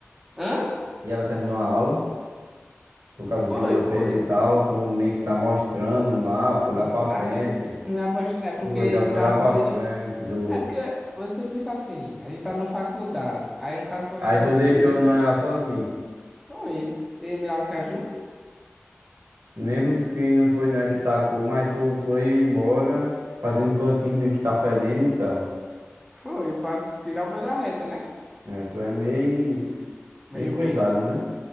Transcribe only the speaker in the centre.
hã?
Foi,
foi.
Não,
dá
mesmo na mostra, né? Porque
eu
tava
com medo.
É porque você pensa assim, a gente tá na faculdade, aí um cara falou
um negócio
desse,
foi. Eu ia me lascar junto?
Foi, pra tirar o meu da reta, né?
Meio
que,